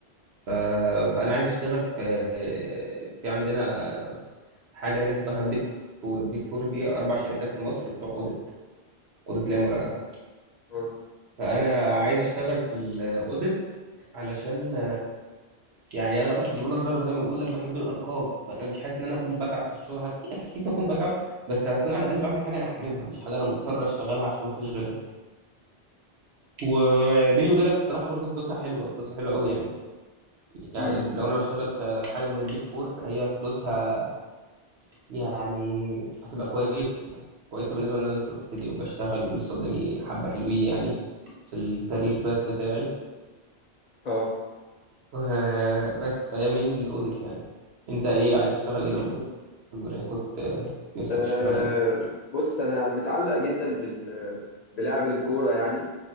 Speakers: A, on the right; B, on the left.
A: ف... فانا عايز اشتغل في في عندنا حاجه هنا اسمها بيج فور البيج فور دي اربع شركات في مصر بتوع اوديت اوديت اللي هي مراجعه
B: مم.
A: فانا عايز اشتغل في الاوديت علشان يعني انا اصلا من وانا صغير زي ما بقول لك بحب الارقام فانا مش حاسس ان انا هكون بتعب في الشغل اكيد اكيد هكون بتعب بس هكون على الاقل بعمل حاجه انا حاببها مش حاجه انا مضطر اشتغلها عشان ما فيش غيرها وبيني وبينك الصراحه برضو فلوسها حلوه فلوسها حلوه قوي يعني يعني
B: مم.
A: لو انا بشتغل في حاجه من البيك فور فهي فلوسها يعني هتبقى كويسه كويسه بالنسبه ان انا لسه ببتدي وبشتغل ولسه قدامي حبه حلوين يعني في الكارير باث بتاعي
B: اه
A: و- بس فهي من الاوديت يعني انت ايه عايز تشتغل ايه لما تكبر يعني كنت آه، نفسك
B: أه
A: تشتغل ايه
B: بص انا متعلق جدا بال بلعب الكورة يعني